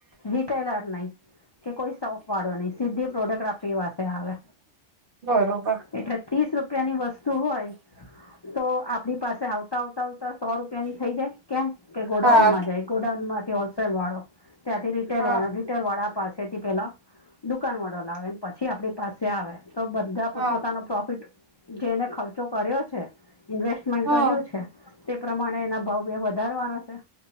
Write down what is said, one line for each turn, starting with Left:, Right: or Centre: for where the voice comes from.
Left: રિટેલર નહી. કે કોઈ સોફ વાળો નહી સીધી પ્રોડક્ટ આપણી પાસે આવે
Right: બરોબર
Left: એટલે. તીશ રૂપિયા ની વસ્તુ હોય. તો આપડી પાસે આવતા આવતા આવતા સો રૂપિયા ની થઇ જાય કેમ કે.
Right: હા
Left: ગોઉન માં જાય ગોડાઉન માંથી હોલસેલ વાળો ત્યાંથી રીટેલ
Right: હા
Left: વાળો. રીટેલ વાળા પાસે થી પેલા દુકાન વાળો લાવે પછી આપડી પાસે. તે આવે તો બધા પોતપોતાનો
Right: હા
Left: પ્રોફિટ જેને ખર્ચો કર્યો છે ઇન્વેસ્ટ. ઇન્વેસ્ટ
Right: હા
Left: કર્યું છે તે પ્રમાણે એના ભાવ ભ વધારવાનો છે.